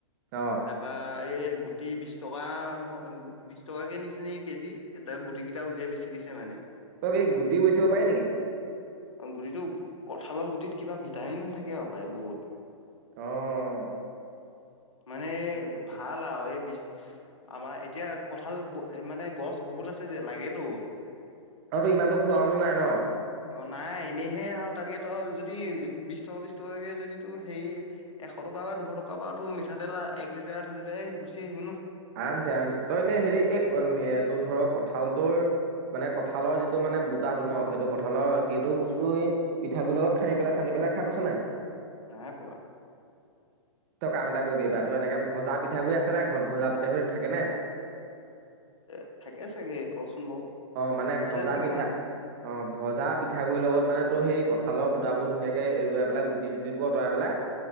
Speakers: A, on the right; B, on the left.
A: অ
B: তাৰপা এই গুটি বিশ টকা নহয় বিশ টকা কে নিচে নি কেজি এতিয়া গুটি কেইটা উলিয়াই বেছি মানে
A: তই কি গুটিও বেচিব পাৰি নেকি?
B: গুটিটো থালৰ গুটিত কিবা ভিটামিন থাকে হবপায় বহুত
A: আহ
B: <inaudible> মানে ভাল আৰু এই বি আমাৰ এতিয়া কঠাল মানে গছ বহুত আছে ছে যে লাগেতো
A: অ তোৰ ইমানতো খোৱা
B: কি
A: মানুহ নাই ন?
B: অ নাই এনেইহে আৰু তাতকে তই যদি বিশ টকা বিশ টকাকে যদি তো হেৰি এশ টকা বা দুশ টকাৰ পৰা তোৰ মিঠাতেল এক লিটাৰ ঢালিতে গুচি আহিব ন
A: আৰামছে আৰামছে তই এনে হেৰি এই তোৰ ধৰ কঁঠালটোৰ মানে কঁঠালৰ যিটো মানে বুটাটো ন সেইটো কঁঠালৰ সেইটো বস্তু এই পিঠাগোৰিৰ লগত খানি পেলাই খনো পাইছ বেলে খাই পাইছা নাই
B: নাই পোৱা
A: তই কাম এটা কৰিবি এইবাৰ তই এনেকে ভজা পিঠাগুৰি আছে নাই ঘৰত ভজা পিঠা পিঠা গুৰি থাকে ন
B: এ থাকে চাগে কচোন বাৰু
A: অ মানে
B: আছে
A: ভজা
B: চাগে
A: পিঠা
B: মানে
A: অ ভজা পিঠাগুৰি লগত মানে তো সেই ক কঁঠালৰ বুটাবোৰ ধুনীয়াকে এৰুৱাই পেলাই গুটি চুটিবোৰ আঁতৰাই পেলাই